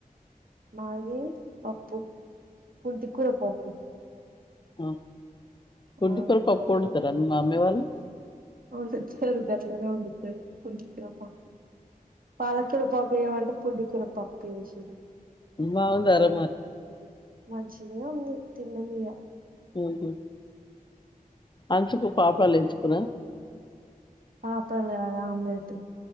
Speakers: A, on the right; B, on the left.
A: మాదీ పప్పు కుంటు కూర పప్పు
B: ఆ కుంటి
A: ఆ
B: కూర పప్పోండుతారా మీ మమ్మి వాళ్ళు
A: వండుతారు గట్లనే వండుతారు కుంటికూర పప్పు, పాలకూర పప్పు ఏయమంటే కుంటికూర పప్పు ఎసిర్రు
B: బాగుందార మర్
A: మంచినే ఉంది తిన్నమీగ
B: ఉహూ అంచుకు పాప్డాలేయించుకుర్రా
A: పాపడాల్ కాదు ఆమ్లెట్